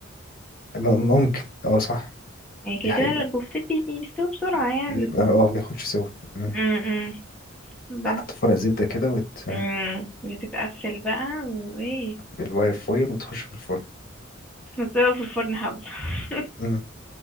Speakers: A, on the left; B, in the centre.
A: م- ممكن أه صح
B: يعني كده
A: دي حقيقة
B: كده البوفتيك بي- بيستوي بسرعة يعني
A: بيبقى أه بياخدش سوا مم.
B: م -م. بس
A: تحط فرق زبدة كده وتتقفل
B: م- بتتقفل بقى وإيه
A: بالواير فويل وتخش في الفرن
B: بتسيبها في الفرن حبة <laughs>
A: مم.